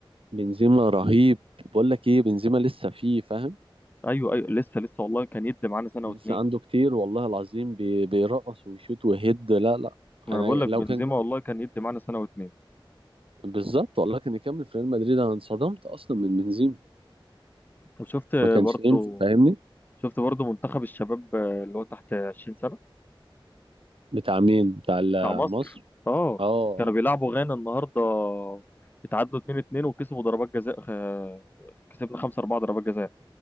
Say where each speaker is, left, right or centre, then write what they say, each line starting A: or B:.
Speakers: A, on the right (about 80°); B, on the left (about 20°).
A: بنزيما رهيب بقول لك ايه بنزيما لسه فيه فاهم
B: ايوه ايوه لسه لسه والله كان يدي معانا سنه
A: لسه
B: واتنين
A: عنده كتير والله العظيم بي- بيرقص ويشوت ويهد لا لا
B: ما
A: انا
B: انا بقول لك
A: لو
B: بنزيما
A: كان
B: والله كان يدي معانا سنه واتنين
A: بالظبط والله كان يكمل في ريال مدريد انا انصدمت اصلا من بنزيما
B: وشفت
A: ما كانش
B: برضو
A: يمشي فاهمني
B: شفت برضو منتخب الشباب اللي هو تحت 20 سنه
A: بتاع مين بتاع ال-
B: بتاع مصر
A: مصر
B: اه
A: اه
B: كانوا
A: اه
B: بيلعبوا غانا النهارده اتعادلوا 2-2 وكسبوا ضربات جزاء آه، كسبنا 5-4 ضربات جزاء